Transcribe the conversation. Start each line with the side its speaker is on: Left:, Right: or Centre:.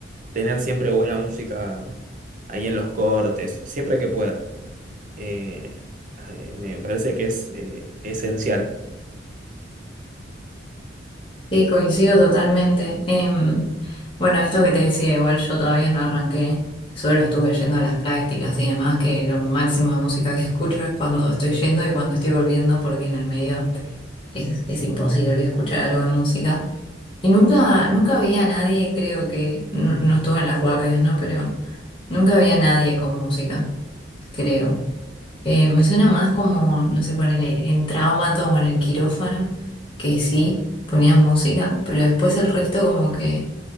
Right: tener siempre buena música ahí en los cortes, siempre que pueda. eh, eh, me parece que es eh, esencial.
Left: Sí, coincido totalmente. Em, bueno, esto que te decía, igual yo todavía no arranqué, solo estuve yendo a las prácticas y demás, que lo máximo de música que <laughs> escucho es cuando estoy yendo y cuando estoy volviendo, porque en el medio es, es imposible escuchar algo de música. Y nunca, nunca vi a nadie, creo que, no, no estuve en las guardias, ¿no? Pero nunca vi a nadie con música, creo. Eh, me suena más como, no sé, ponele en Traumato o en el quirófano, que sí, ponían música, pero después el resto como que